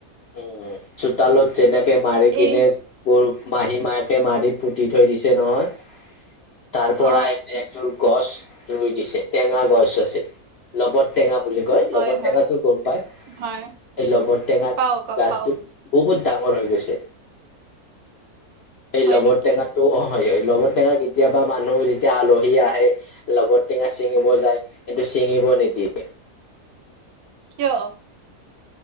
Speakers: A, on the left (about 65°); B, on the right (about 75°).
A: উ চুতালো যেনেক মাৰ
B: এই
A: কিনে। বোৰ মাহী মাকে মাৰি পুতি থৈ দিছে নহয় তাৰ
B: অ
A: পৰা এক। যোৰ গছ ৰুই দিছে টেঙা গছ আছিল। লবত টেঙা বুলি কয়
B: হয়
A: লবৰ টেঙাটো
B: হয়
A: গম পাই।
B: হয়
A: এই লবত টেঙাত
B: পাও ক
A: গছটোত।
B: পাও
A: বহুত ডাঙৰ হৈ গৈছে এইেই
B: হয়
A: লবতটেঙাত।
B: নেকি
A: অ হয় হয় লগত টেঙা কেতিয়াবা মানুহ যেতিয়া আলহী আহে লগত টেঙা। চিঙিব যায় কিন্তু ছিঙিব নিদিয়ে।
B: কিয়?